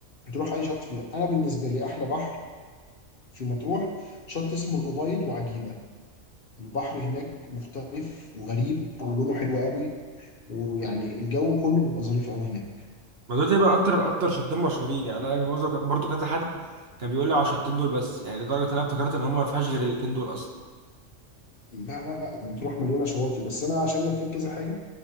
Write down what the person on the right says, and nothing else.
ما دول تقريبا اكتر اكتر شطين مشهورين يعني انا برضه برضه كذا حد كان بيقول لي على الشطين دول بس يعني لدرجه ان انا افتكرت ان هم ما فيهاش غير الاتنين دول اصلا